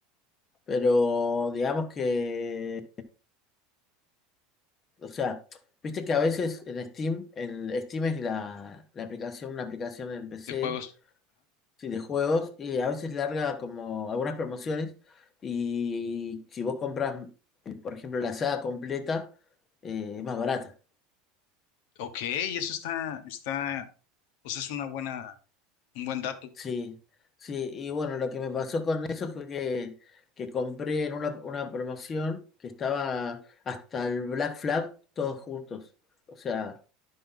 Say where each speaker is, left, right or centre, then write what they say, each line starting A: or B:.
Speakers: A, on the left; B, on the left.
A: pero digamos que, o sea, viste que a veces en Steam, el Steam es la, la aplicación, una aplicación en PC,
B: de juegos.
A: sí, de juegos, y a veces larga como algunas promociones, y si vos compras, eh, por ejemplo, la saga completa, eh, es más barata.
B: Ok, eso está, está, pues es una buena, un buen dato.
A: Sí, sí, y bueno, lo que me pasó con eso fue que, que compré en una, una promoción que estaba hasta el Black Flag todos juntos. O sea,